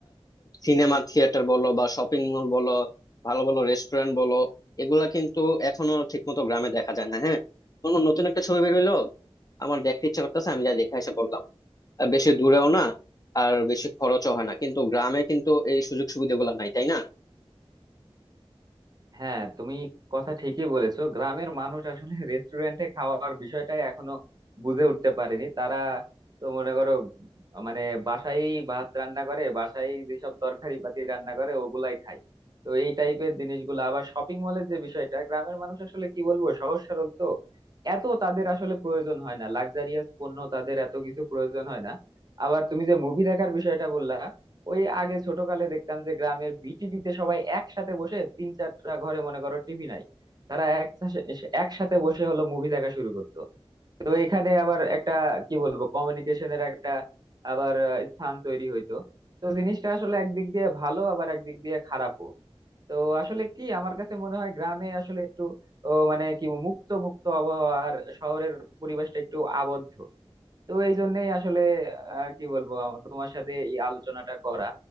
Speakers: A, on the left; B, on the right.
A: সিনেমা থিয়েটার বলো বা শপিং মল বলো ভালো ভালো রেস্টুরেন্ট বলো এগুলা কিন্তু এখনো ঠিকমতো গ্রামে দেখা যায় না হ্যাঁ কোনো নতুন একটা ছবি বের হইলো আমার দেখতে ইচ্ছা করতেছে আমি যা দেখে এসে বললাম বেশি দূরেও না আর বেশি খরচও হয় না কিন্তু গ্রামে কিন্তু এই সুযোগ সুবিধাগুলো নাই তাই না
B: হ্যাঁ তুমি কথা ঠিকই বলেছো গ্রামের মানুষ আসলে <laughs> রেস্টুরেন্টে খাওয়ার বিষয়টাই এখনো বুঝে উঠতে পারেনি তারা তো মনে করো মানে বাসায় ভাত রান্না করে বাসায় যেসব তরকারি পাতি রান্না করে ওগুলাই খায় তো এই টাইপের জিনিসগুলো আবার শপিং মলের যে বিষয়টা গ্রামের মানুষ আসলে কি বলবো সহজ সরল তো এত তাদের আসলে প্রয়োজন হয় না লাক্সারিয়াস পণ্য তাদের এত কিছু প্রয়োজন হয় না আবার তুমি যে মুভি দেখার বিষয়টা বললা ওই আগে ছোটকালে দেখতাম যে গ্রামের বিটিভিতে সবাই একসাথে বসে তিন চারটা ঘরে মনে করো টিভি নাই তারা একসাথে একসাথে বসে হলো মুভি দেখা শুরু করতো তো এখানে আবার একটা কি বলবো কমিউনিকেশনের একটা আবার আহ, স্থান তৈরি হইতো তো জিনিসটা আসলে একদিক দিয়ে ভালো আবার একদিক দিয়ে খারাপও তো আসলে কি আমার কাছে মনে হয় গ্রামে আসলে একটু ও, মানে কি মুক্ত মুক্ত আবহাওয়া আর শহরের পরিবেশটা একটু আবদ্ধ তো এই জন্যই আসলে আহ, কি বলবো আমার তোমার সাথে এই আলোচনাটা করা